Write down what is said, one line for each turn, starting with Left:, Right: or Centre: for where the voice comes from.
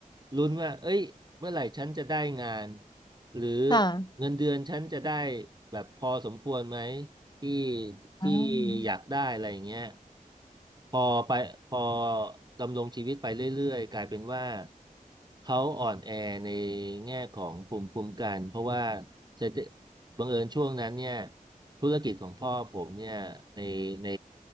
Right: ลุ้นว่าเอ้ยเมื่อไหร่ฉันจะได้งานหรือ
Left: ค่ะ
Right: เงินเดือนฉันจะได้แบบพอสมควรไหม ที่
Left: อืม
Right: ที่อยากได้อะไรอย่างเงี้ยพอไปพอดำรงชีวิตไปเรื่อยๆกลายเป็นว่าเขาอ่อนแอในแง่ของภูมิคุ้มกันเพราะว่าเศรษฐบังเอิญช่วงนั้นเนี่ยธุรกิจของพ่อผมเนี่ยในใน